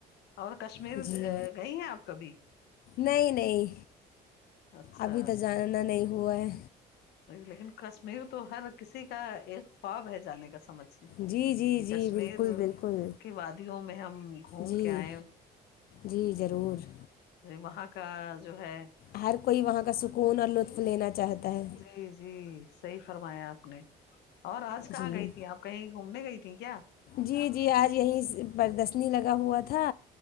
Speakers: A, on the left; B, on the left.
A: اور کشمیر
B: جی
A: گئی ہیں آپ کبھی
B: نہیں نہیں
A: اچھا
B: ابھی تو جانا نہیں ہوا ہے
A: لیکن کشمیر تو ہر کسی کا ایک خواب ہے جانے کا سمجھ کہ
B: جی جی جی
A: کشمیر
B: بالکل بالکل
A: کی وادیوں میں ہم گھوم
B: جی
A: کے آئے
B: جی ضرور
A: وہاں کا جو ہے
B: ہر کوئی وہاں کا سکون اور لطف لینا چاہتا ہے
A: جی جی صحیح فرمایا آپ نے اور آج کہاں
B: جی
A: گئی تھی آپ کہیں گھومنے گئی تھی کیا
B: جی جی آج یہیں پردشنی لگا ہوا تھا